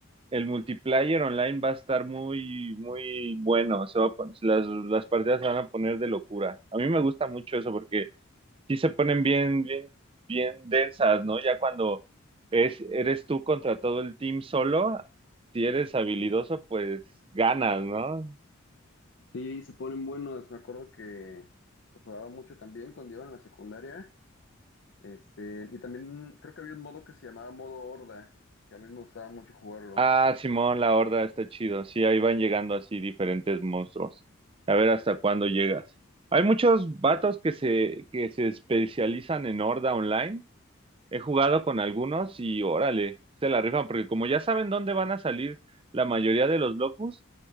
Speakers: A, on the right (about 25°); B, on the left (about 55°).
A: el multiplayer online va a estar muy, muy bueno. Se va a pon- las, las partidas se van a poner de locura. A mí me gusta mucho eso porque sí se ponen bien, bien, bien densas, ¿no? Ya cuando es, eres tú contra todo el team solo, si eres habilidoso, pues ganas, ¿no?
B: Sí, se ponen buenos, me acuerdo que lo jugaba mucho también cuando iba en la secundaria. Este, y también creo que había un modo que se llamaba modo horda, que a mí me gustaba mucho jugarlo.
A: Ah, Simón, la horda está chido. Sí, ahí van llegando así diferentes monstruos. A ver hasta cuándo llegas. Hay muchos vatos que se, que se especializan en horda online. He jugado con algunos y órale, se la rifan, porque como ya saben dónde van a salir la mayoría de los locus,